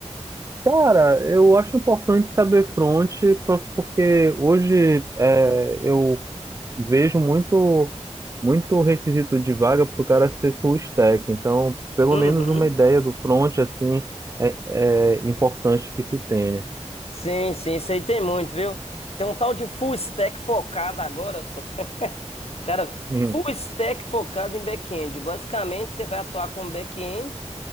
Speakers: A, on the right (about 25°); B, on the left (about 60°).
A: Cara, eu acho importante saber front, por- porque hoje é, eu vejo muito, muito requisito de vaga para o cara ser full stack. Então, pelo
B: Uhum.
A: menos uma ideia do front, assim, é, é importante que se tenha.
B: Sim, sim, isso aí tem muito, viu? Tem um tal de full stack focado agora só. <laughs> Cara,
A: Hum.
B: full stack focado em back-end. Basicamente, você vai atuar como back-end